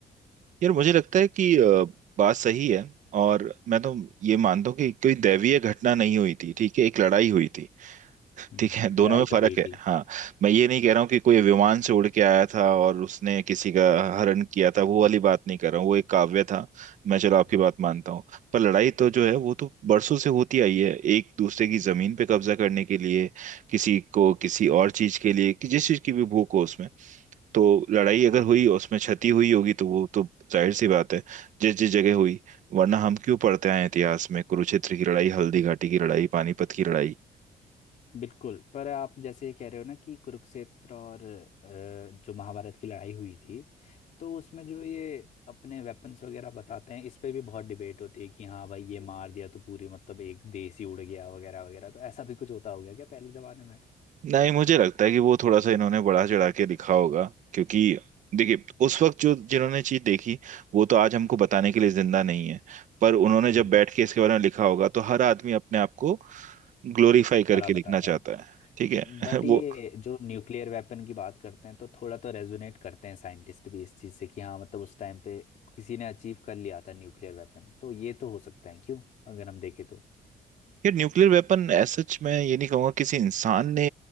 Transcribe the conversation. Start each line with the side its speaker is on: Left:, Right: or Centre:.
Right: यार मुझे लगता है कि अ, बात सही है और मैं तो ये मानता हूँ कि कोई दैवीय घटना नहीं हुई थी ठीक है एक लड़ाई हुई थी
Left: हम्म
Right: ठीक है दोनों
Left: लड़ाई
Right: में फर्क
Left: तो हुई
Right: है
Left: थी
Right: हाँ मैं ये नहीं कह रहा हूँ कि कोई विमान से उड़ के आया था और उसने किसी का हरण किया था वो वाली बात नहीं कर रहा हूँ वो एक काव्य था मैं चलो
Left: हम्म,
Right: आपकी बात मानता हूँ पर लड़ाई तो जो है वो तो बरसों से होती आई है एक दूसरे की जमीन पे कब्जा करने के लिए किसी को किसी और चीज के लिए कि जिस चीज की भी भूख हो उसमें तो लड़ाई अगर
Left: हम्म।
Right: हुई और उसमें क्षति हुई होगी तो वो तो जाहिर सी बात है जिस जिस जगह हुई वरना हम क्यों पढ़ते आए हैं इतिहास में कुरुक्षेत्र की लड़ाई हल्दी घाटी की लड़ाई पानीपत की लड़ाई
Left: बिल्कुल पर आप जैसे ये कह रहे हो ना कि कुरुक्षेत्र और अ, जो महाभारत की लड़ाई हुई थी तो उसमें जो ये अपने वेपन्स वगैरह बताते हैं इस पे भी बहुत डिबेट होती है कि हाँ भाई ये मार दिया तो पूरी मतलब एक देश ही उड़ गया वगैरह वगैरह तो ऐसा भी कुछ होता होगा क्या पहले जमाने में
Right: नहीं मुझे लगता है कि वो थोड़ा सा इन्होंने बढ़ा चढ़ा के लिखा होगा क्योंकि देखिए उस वक्त जो जिन्होंने चीज देखी वो तो आज हमको बताने के लिए जिंदा नहीं है पर उन्होंने जब
Left: हम्म
Right: बैठ के इसके बारे में लिखा होगा तो हर आदमी अपने आप को ग्लोरीफाई करके
Left: बड़ा बताता
Right: लिखना चाहता
Left: है थोड़ा
Right: है ठीक है
Left: बट
Right: <laughs>
Left: ये
Right: वो
Left: जो न्यूक्लियर वेपन की बात करते हैं तो थोड़ा तो रेजोनेट करते हैं साइंटिस्ट भी इस चीज़ से कि हाँ मतलब उस टाइम पे किसी ने अचीव कर लिया था न्यूक्लियर वेपन तो ये तो हो सकता है क्यों अगर हम देखें तो
Right: यार न्यूक्लियर वेपन सच मैं ये नहीं कहूंगा किसी इंसान ने